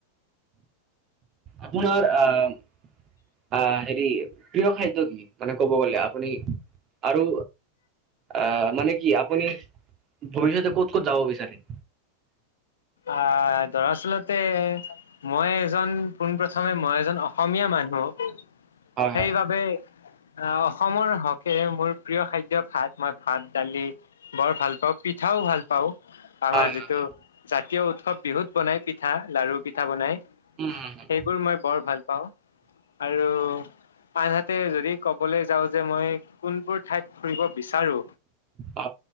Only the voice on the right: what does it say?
আপোনাৰ আ - আ - হেৰি প্ৰিয় খাদ্য কি মানে ক'ব গলে আপুনি আৰু আ‌- মানে কি আপুনি ভৱিষ্যতে ক'ত ক'ত যাব বিচাৰে?
হয়
হয়
হয়
হয় হয়
উম হম হম
অ